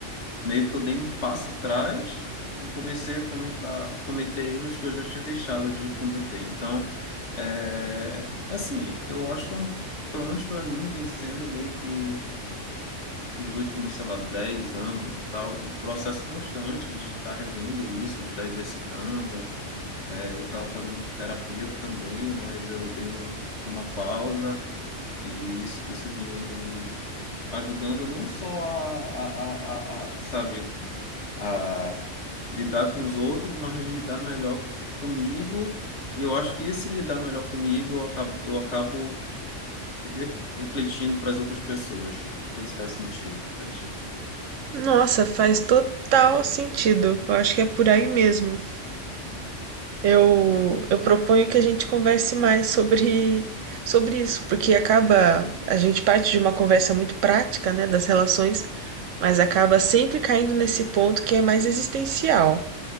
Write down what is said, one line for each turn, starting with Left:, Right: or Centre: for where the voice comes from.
Left: meio que eu dei um passo atrás e comecei a comer- a cometer erros que eu já tinha deixado de cometer. Então, é, assim, eu acho que é um, pelo menos para mim vem sendo meio que nos últimos, sei lá, 10 anos e tal, um processo constante de estar revendo isso, de estar exercitando, é, eu estava fazendo terapia também, mas eu dei um, uma pausa e isso, isso vinha me ajudando não só a, a, a, a, a, sabe, a lidar com os outros, mas lidar melhor comigo. E eu acho que esse lidar melhor comigo, eu acabo, eu acabo re- refletindo para as outras pessoas. Não sei se faz sentido para ti.
Right: Nossa, faz total sentido. Eu acho que é por aí mesmo. Eu,
Left: E,
Right: eu proponho que a gente converse mais sobre, sobre isso, porque acaba a gente parte de uma conversa muito prática, né, das relações, Mas acaba sempre caindo nesse ponto que é mais existencial,